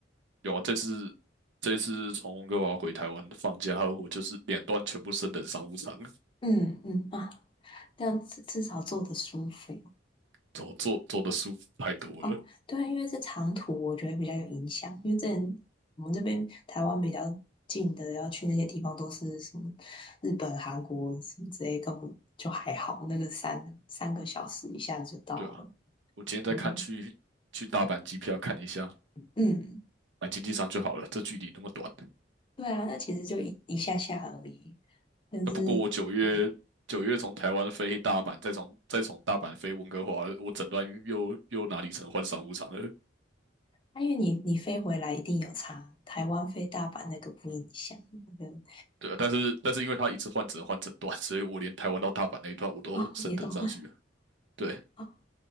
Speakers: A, on the right; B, on the left.
A: 有啊，这次这次从温哥华回台湾放假后，<laughs> 我就是两段全部升等商务舱，
B: 嗯嗯啊，这样至至少做的舒服。
A: 做坐坐的舒服太多了。
B: 哦，对啊，因为这长途我觉得比较有影响，因为在我们这边台湾比较近的，要去那些地方都是什么日本、韩国什么之类，根本就还好，那个三三个小时一下子就到了。
A: 对啊，我今天在看去去大阪机票，
B: 嗯
A: 看了一下，
B: 嗯，
A: 买经济舱就好了，这距离那么短。
B: 对啊，那其实就一一下下而已。但是，
A: 啊不过我九月九月从台湾飞大阪，
B: 嗯，
A: 再从再从大阪飞温哥华，我整段又又哪里成换商务舱了？
B: 啊、因为你你飞回来一定有差，台湾飞大阪那个不影响，我觉得
A: 对啊但是但是因为他一次换只能换整段，所以我连台湾到大阪那一段我都升等上去了
B: 啊、也都会
A: 对，
B: 啊、